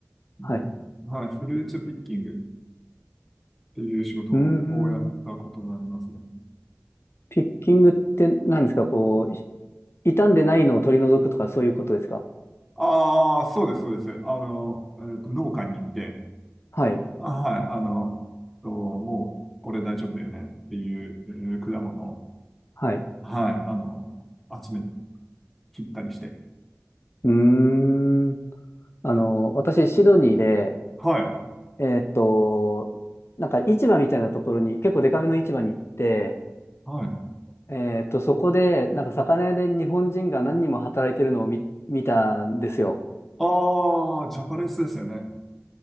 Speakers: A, in the centre; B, on the left.
A: うん。
B: はい。
A: はい、フルーツピッキングっていう仕事をやったことがありますね。
B: うーん。ピッキングって何ですかこう、傷んでないのを取り除くとかそういうことですか
A: ああ、そうです、そうです。あの、えっと、農家に行って、
B: はい。
A: あ、はい、あの、と、もう、これ大丈夫だよねっていう、えー果物を、
B: はい。
A: はい、あの、集め、切ったりして。
B: うーん。あの、私、シドニーで、
A: はい、
B: えーっと、なんか市場みたいなところに、結構デカめの市場に行って、
A: はい。
B: えーっと、そこで、なんか魚屋で日本人が何人も働いてるのを見、見たんですよ。
A: ああ、ジャパレスですよね。